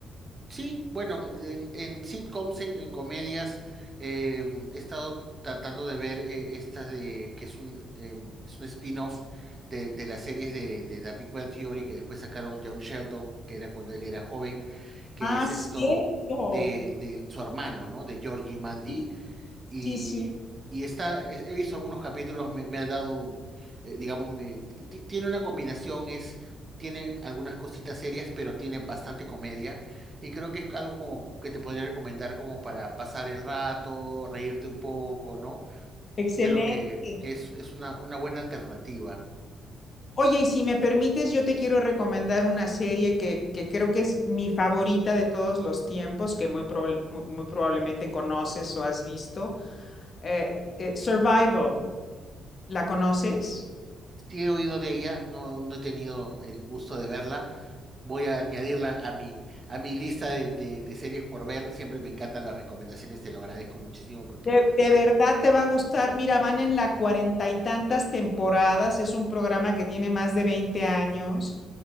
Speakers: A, on the right; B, on the left.
A: sí, bueno, en, en sitcoms, en, en comedias, eh, he estado tratando de ver eh, esta de que es un, eh, es un spin-off de, de las series de, de The Big Bang Theory que después sacaron John Sheldon, que era cuando él era joven que
B: ah,
A: es
B: cierto.
A: esto de, de su hermano, ¿no? De Georgie Mandy.
B: Sí,
A: Y,
B: sí, sí,
A: y está, he he visto algunos capítulos, me, me ha dado, eh, digamos, me, ti- ti- tiene una combinación, es, tiene algunas cositas serias, pero tiene bastante comedia. Y creo que es algo como que te podría recomendar como para pasar el rato, reírte un poco, ¿no?
B: excelente.
A: Creo que, que es, es una, una buena alternativa.
B: Oye, y si me permites, yo te quiero recomendar una serie que, que creo que es mi favorita de todos los tiempos, que muy, prob- muy- muy probablemente conoces o has visto. Eh, eh, Survival, ¿la conoces?
A: Sí he oído de ella, no, no he tenido el gusto de verla, voy a añadirla a mi, a mi lista de, de, de series por ver. Siempre me encantan las recomendaciones, te lo agradezco muchísimo porque
B: De, de verdad te va a gustar. Mira, van en la cuarenta y tantas temporadas. Es un programa que tiene más de 20 años